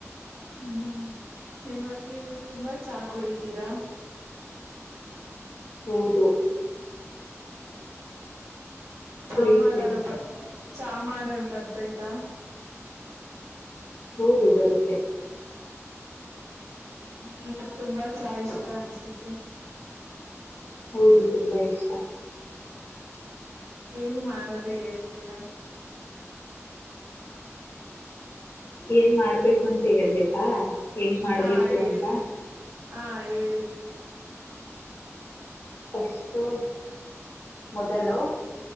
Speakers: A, on the right (about 85°); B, on the left (about 50°).
A: ಹ್ಮ್ ನಿಮ್ಮ ನೀವು ತುಂಬಾ ಚಾ ಕುಡಿತೀರಾ.
B: ಹೌದು.
A: <inaudible> ಚಾ
B: ಕುಡಿಯುತ್ತೇನೆ
A: ಮಾಡಲು ಚಾ ಮಾಡಲ್ ಬರ್ತೈತ.
B: ಹೌದು ಬರುತ್ತೆ.
A: ಹ್ಮ ನಿಮಗ್ ತುಂಬಾ ಚಾ ಇಷ್ಟ ಅನ್ಸುತ್ತೆ.
B: ಹೌದು ತುಂಬಾ ಇಷ್ಟ.
A: ಏಂಗ್ ಮಾಡೋದು ಹೇಳ್ತೀರಾ.
B: ಏನ್ ಮಾಡ್ಬೇಕು ಅಂತ ಹೇಳ್ಬೇಕಾ ಹೆಂಗ್ ಮಾಡ್ಬೇಕು
A: ಹಾ ಹೇಳಿ
B: ಅಂತ.
A: ಹಾ ಹೇಳಿ.
B: ಫಸ್ಟು ಮೊದಲು